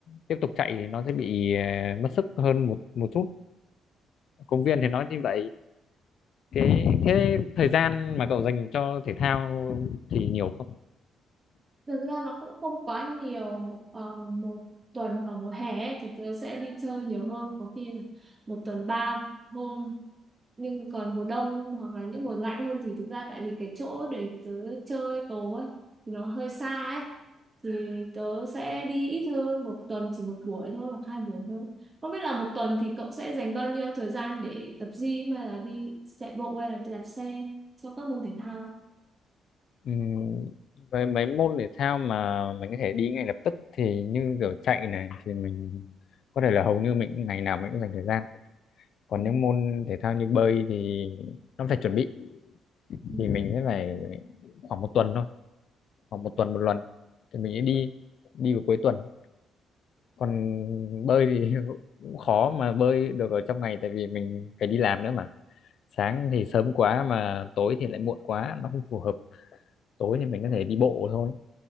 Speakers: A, on the left; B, on the right.
A: tiếp tục chạy thì nó sẽ bị ờ, mất sức hơn một một chút công viên thì nó như vậy cái thế thời gian mà cậu dành cho thể thao thì nhiều không
B: Thực ra nó cũng không quá nhiều ờ, một tuần vào mùa hè ấy, thì tớ sẽ đi chơi nhiều hơn có khi là một tuần ba hôm nhưng còn mùa đông hoặc là những mùa lạnh hơn thì thực ra tại vì cái chỗ để tớ chơi tố ấy thì nó hơi xa ấy thì tớ sẽ đi ít hơn một tuần chỉ một buổi thôi hoặc hai buổi thôi không biết là một tuần thì cậu sẽ dành bao nhiêu thời gian để tập gym hay là đi chạy bộ hay là đi đạp xe cho các môn thể thao
A: Ừm, với mấy môn thể thao mà mình có thể đi ngay lập tức thì như kiểu chạy này thì mình có thể là hầu như mình cũng- ngày nào mình cũng dành thời gian còn
B: ừ.
A: những môn thể thao như bơi thì nó phải chuẩn bị
B: Ừ.
A: thì mình sẽ phải khoảng một tuần thôi khoảng một tuần một lần thì mình sẽ đi đi vào cuối tuần còn bơi thì <laughs> cũng khó mà bơi được ở trong ngày tại vì mình phải đi làm nữa mà sáng thì sớm quá mà tối thì lại muộn quá nó không phù hợp tối thì mình có thể đi bộ thôi